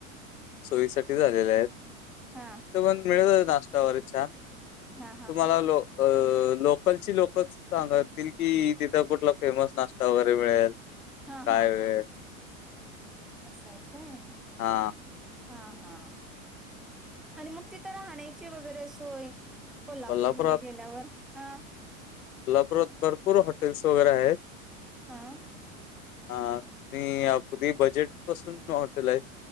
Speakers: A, on the left; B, in the centre.
A: सोयीसाठी झालेले आहेत.
B: हा.
A: पण मिळत आहे नाश्ता वगैरे छान.
B: हा हा.
A: तुम्हाला लो अ लोकलची लोकचं सांगतील कि तिथं कुठला फेमस नाश्ता वगैरे मिळेल.
B: हा
A: काय
B: हा
A: मिळेल
B: असंय काय?
A: हा
B: हा हा आणि मग तिथं राहण्याची वगैरे सोय कोल्हापूरमध्ये
A: कोल्हापुरात
B: गेल्यावर हा.
A: कोल्हापूरात भरपूर हॉटेल्स वगैरे आहेत.
B: हा.
A: हा आणि अगदी बजेट पासून हॉटेल आहे